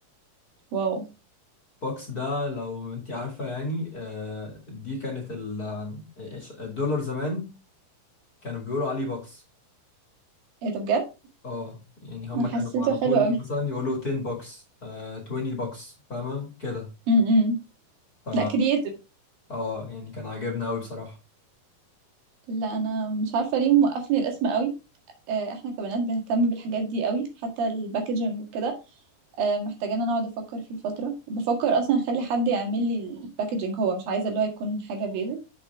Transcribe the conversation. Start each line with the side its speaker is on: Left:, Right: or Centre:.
Right: واو
Left: بوكس ده لو انت عارفة يعني آه دي كانت ال- إيش- الدولار زمان كانوا بيقولوا عليه بوكس
Right: ايه ده بجد
Left: اه يعني هم
Right: انا حسيته
Left: كانوا على
Right: حلو
Left: طول
Right: قوي
Left: مثلا يقولوا 10 بوكس آه 20 بوكس فاهمة كده
Right: امم
Left: ف
Right: لا كرييتيف
Left: اه يعني كان عاجبنا قوي بصراحة
Right: لا انا مش عارفة ليه موقفني الاسم قوي آه، احنا كبنات بنهتم بالحاجات دي قوي حتى الباكجينج وكده آه، محتاجين انا اقعد افكر فيه فترة وبفكر اصلا اخلي حد يعمل لي الباكجينج هو مش عايزة اللي هو يكون حاجة بيزك